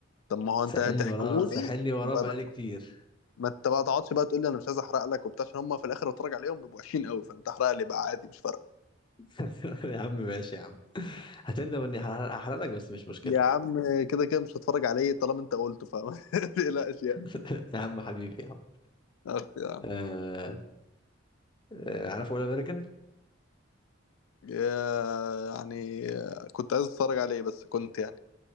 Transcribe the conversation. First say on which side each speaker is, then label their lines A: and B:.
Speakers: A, on the left; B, on the left.
A: طب ما هو
B: ساحلني
A: انت هتحكيهولي
B: وراه ساحلني وراه
A: ب-
B: بقالي
A: ما
B: كتير
A: ما انت بقى تقعدش بقى تقول لي انا مش عايز احرق لك وبتاع عشان هم في الاخر بتفرج عليهم بيبقوا وحشين قوي فانت احرق لي بقى عادي مش فارقه
B: <laughs> يا عم ماشي يا عم هتندم اني هحرق هحرق لك بس مش مشكلة
A: يا عم كده كده مش هتفرج عليه طالما انت قلته فما <laughs> تقلقش يعني
B: <laughs> يا عم حبيبي يا عم
A: اخ يا
B: آه... آه، عارف اول امريكان؟
A: يا- يعني آه، كنت عايز اتفرج عليه بس كنت يعني